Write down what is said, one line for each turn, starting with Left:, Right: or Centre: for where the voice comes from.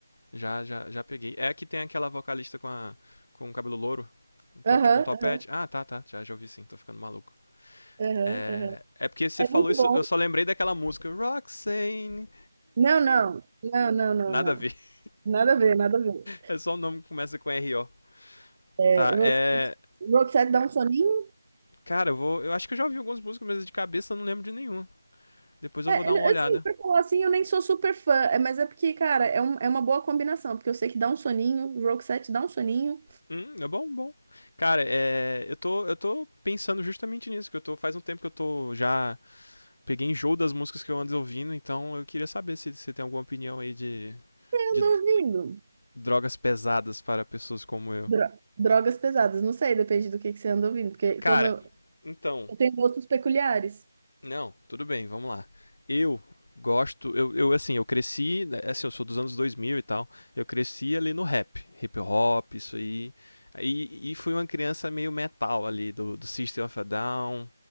Left: Já, já, já peguei. É que tem aquela vocalista com a, com o cabelo louro, um top,
Right: Aham,
Left: tipo um topete.
Right: aham,
Left: Ah, tá, tá, já, já ouvi sim, tô ficando maluco.
Right: aham,
Left: É,
Right: aham.
Left: é porque você
Right: É
Left: falou
Right: muito
Left: isso,
Right: bom.
Left: eu só lembrei daquela música Roxane.
Right: Não, não, não, não, não,
Left: Nada
Right: não.
Left: a ver. <laughs>
Right: Nada a ver, nada a ver.
Left: É só um nome que começa com R. R.O.
Right: É,
Left: Tá,
Right: Roxette,
Left: é.
Right: Roxette dá um soninho,
Left: Cara, eu vou. Eu acho que eu já ouvi algumas músicas, mas de cabeça eu não lembro de nenhuma. Depois eu
Right: É,
Left: vou
Right: é,
Left: dar uma olhada.
Right: assim, pra falar assim, eu nem sou super fã, é, mas é porque, cara, é, um- é uma boa combinação, porque eu sei que dá um soninho, o Roxette dá um soninho. O
Left: Hum, é bom, bom. Cara, é, eu tô, eu tô pensando justamente nisso, que eu tô. Faz um tempo que eu tô já. Peguei enjoo das músicas que eu ando ouvindo, então eu queria saber se você tem alguma opinião aí de,
Right: que eu
Left: de
Right: ando ouvindo?
Left: drogas pesadas para pessoas como eu.
Right: Dro- drogas pesadas, não sei, depende do que, que você anda ouvindo, porque
Left: Cara,
Right: como eu,
Left: então.
Right: eu tenho gostos peculiares
Left: Não, tudo bem, vamos lá. Eu gosto, eu, eu assim, eu cresci, né, é assim, eu sou dos anos 2000 e tal, eu cresci ali no rap, hip hop, isso aí, e, e fui uma criança meio metal ali, do, do System of a Down,